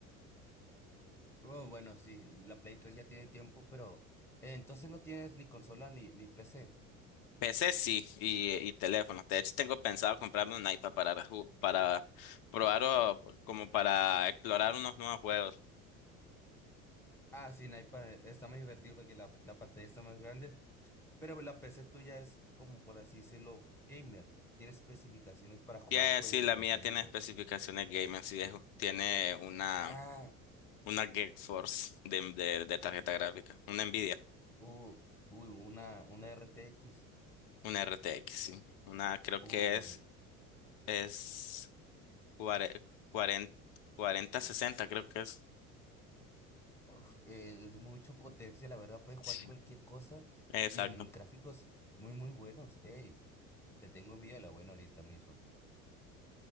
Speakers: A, in the centre; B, on the left.
A: Oh, bueno, sí, la Play 3 ya tiene tiempo, pero eh, entonces no tienes ni consola ni, ni PC.
B: PC sí y, y teléfono. De hecho, tengo pensado comprarme un iPad para, ju- para probar o como para explorar unos nuevos juegos.
A: Ah, sí, en iPad eh, está más divertido porque la, la pantalla está más grande, pero la PC tuya es como por así decirlo, gamer. Tiene especificaciones para jugar
B: Que
A: juegos
B: sí, la
A: pesaditos.
B: mía tiene especificaciones gaming, sí, es- tiene una,
A: Ah,
B: una GeForce de, de, de tarjeta gráfica, una Nvidia,
A: uh, uy, una, una RTX.
B: una RTX, sí. Una creo
A: Uy,
B: que es, es cuarenta cuarenta sesenta creo que es.
A: uf, eh, es mucha potencia, la verdad, puedes jugar
B: Sí.
A: cualquier cosa
B: Exacto.
A: y en gráficos muy, muy buenos. Ey, te tengo envidia de la buena ahorita mismo.